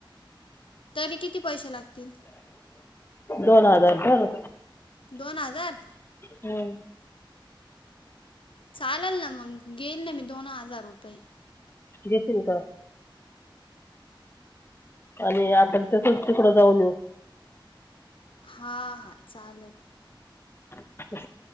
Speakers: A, on the left (about 80°); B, on the left (about 25°).
A: तरी किती पैसे लागतील
B: दोन हजार भर
A: दोन हजार
B: हमम
A: चालल ना मंग घेईना मी दोन हजार रुपये
B: घेशीन का? आणि आपण तसच तिकडं जाऊन येऊ.
A: हा हा चालल‌.
B: फ <unintelligible>